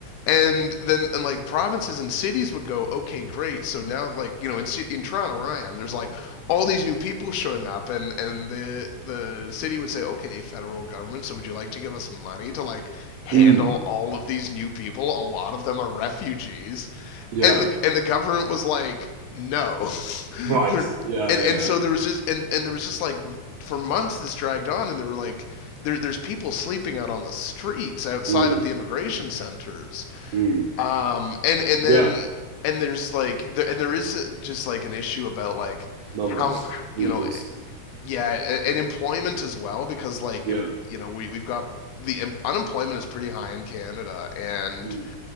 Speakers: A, on the left; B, on the right.
A: and then and like provinces and cities would go okay great so now like you know in, in toronto where i am there's like all these new people showing up and and the the city would say okay federal government so would you like to give us money to like handle
B: Mm.
A: all of these new people a lot of them are refugees
B: Yeah.
A: and the and the government was like no <laughs>
B: Right.
A: and
B: Yeah.
A: and
B: Yeah. Yeah.
A: so there was just and and there was just like for months this dragged on and they were like there, there's people sleeping out on the streets outside
B: Mm.
A: of the immigration centers
B: Mm.
A: um and and
B: Yeah.
A: then and there's like there, and there is just like an issue about like
B: Numbers.
A: how you
B: Resources.
A: know yeah and employment as well because like
B: Yeah.
A: em- you know we we've got the unemployment is pretty high in Canada and
B: Mm.